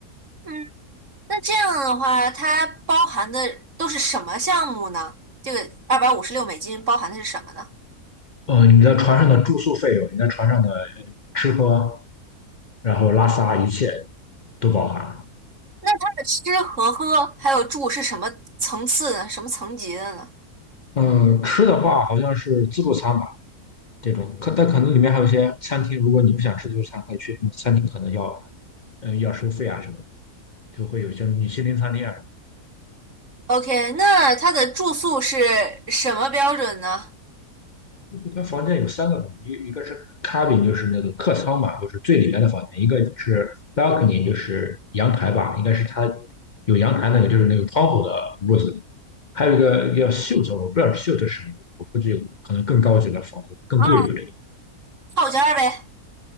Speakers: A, on the right (about 55°); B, on the left (about 50°).
A: 嗯。那这样的话，它包含的都是什么项目呢？这个二百五十六美金包含的是什么呢？
B: 呃你的船上的住宿费用，你在船上的呃吃喝，然后拉撒一切都包含。
A: 它的吃和喝还有住是什么层次的，什么层级的呢
B: 嗯，吃的话好像是自助餐吧，这种，可但可能里面还有一些餐厅，如果你不想吃自助餐，可以去餐厅，可能要嗯要收费啊什么的，就会有一些米其林餐厅啊
A: ？OK，那它的住宿是什么标准呢？
B: 就他房间有三个，一一个是 cabin，就是那个客舱嘛，就是最里面的房间；一个是 balcony，就是阳台吧，应该是他有阳台那个，就是那个窗户的屋子；还有一个叫 suite，我不知道 suite 是什么，我估计可能更高级的房子更贵吧，
A: 啊，
B: 这个
A: 套间儿呗。